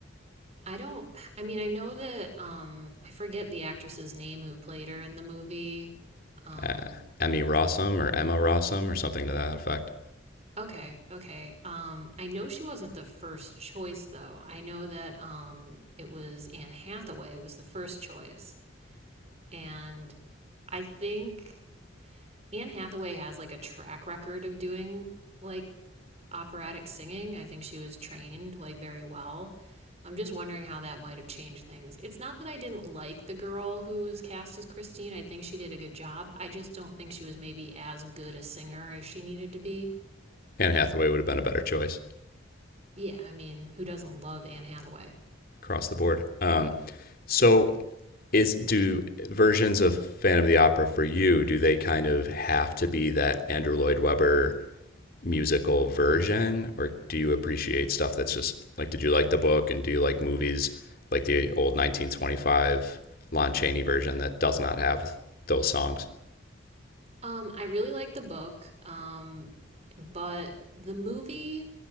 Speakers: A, on the right; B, on the left.
A: I don't. I mean, I know that. Um, I forget the actress's name who played her in the movie. Um,
B: uh, Emmy Rossum or Emma Rossum or something to that effect.
A: okay, okay. Um, I know she wasn't the first choice though. I know that um, it was Anne Hathaway was the first choice, and I think Anne Hathaway has like a track record of doing like operatic singing. I think she was trained like very well. I'm just wondering how that might have changed things. It's not that I didn't like the girl who was cast as Christine. I think she did a good job. I just don't think she was maybe as good a singer as she needed to be.
B: Anne Hathaway would have been a better choice
A: Yeah, I mean, who doesn't love Anne Hathaway?
B: across the board. Um, so is do versions of Phantom of the Opera for you? Do they kind of have to be that Andrew Lloyd Webber musical version, or do you appreciate stuff that's just like? Did you like the book, and do you like movies like the old 1925 Lon Chaney version that does not have those songs?
A: Um, I really like the book, um, but the movie